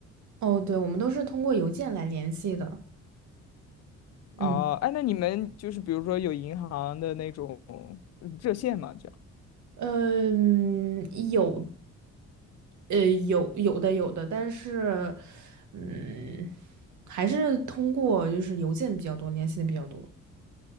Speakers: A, on the right (about 70°); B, on the left (about 60°).
A: 哦，对，我们都是通过邮件来联系的，
B: 哦，
A: 嗯。
B: 哎，那你们就是比如说有银行的那种嗯热线嘛，这样。
A: 呃嗯，有呃，有有的有的，但是，嗯，还是通过就是邮件比较多，联系的比较多。